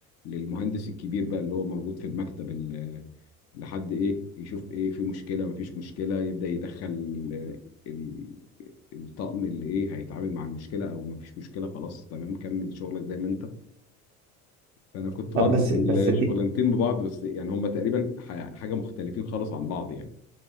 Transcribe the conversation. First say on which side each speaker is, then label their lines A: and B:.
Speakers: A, on the left; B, on the right.
A: للمهندس الكبير بقى اللي هو موجود في المكتب ال- لحد إيه يشوف إيه في مشكلة مفيش مشكلة يبدأ يدخل ال- الطقم اللي إيه هيتعامل مع المشكلة أو مفيش مشكلة خلاص تمام كمل شغلك زي ما أنت فانا كنت
B: آه
A: بربط
B: بس بس
A: الشغلانتين
B: دي
A: ببعض بس يعني هم تقريبا ح- حاجه مختلفين خالص عن بعض يعني